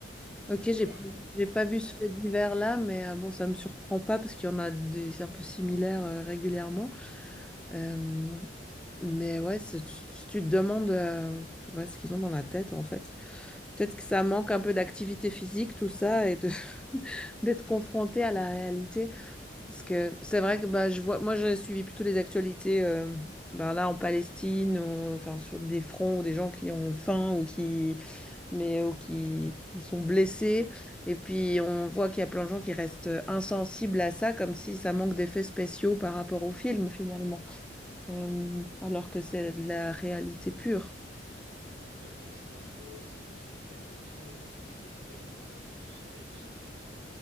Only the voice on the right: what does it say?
Voilà,
moi.
Ouais.
Bah, en fait, je pense que c'est une question de déconnexion. En fait, on vit dans une société qui,